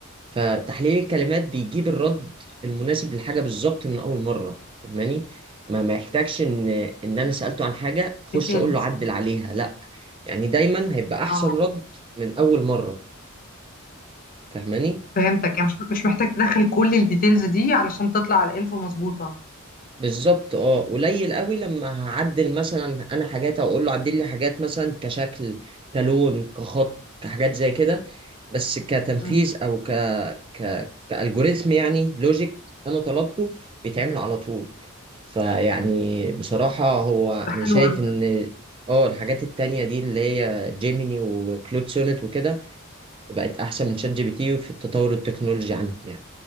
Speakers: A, on the right; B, on the left.
A: فتحليل الكلمات بيجيب الرد المناسب للحاجه بالظبط من اول مره فاهماني ما ما يحتاجش ان ان انا سالته عن حاجه اخش
B: ديتيلز
A: اقول له عدل عليها لا يعني دايما هيبقى احسن
B: اه
A: رد من اول مره فاهماني
B: فهمتك يعني مش مش محتاج تدخل كل الديتيلز دي علشان تطلع الانفو مظبوطة
A: بالظبط اه قليل قوي لما هعدل مثلا انا حاجات او اقول له عدل لي حاجات مثلا كشكل كلون كخط كحاجات زي كده بس كتنفيذ
B: مم.
A: او ك ك كالجوريثم يعني لوجيك انا طلبته بيتعمل على طول فيعني بصراحة هو
B: ده
A: انا
B: حلو
A: شايف
B: قوي
A: ان اه الحاجات التانية دي اللي هي جيميني وكلود سونيت وكده بقت احسن من شات جي بي تي في التطور التكنولوجي عنه يعني